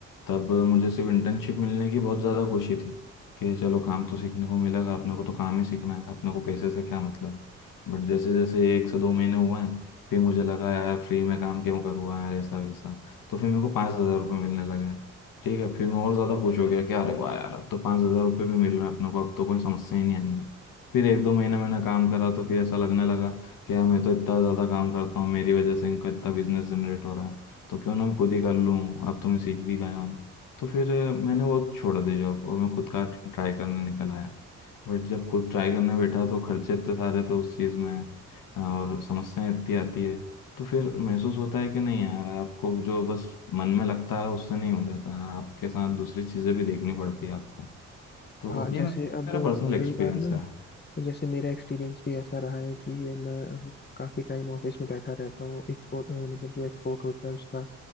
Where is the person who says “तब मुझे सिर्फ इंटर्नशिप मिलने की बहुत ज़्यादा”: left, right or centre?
Left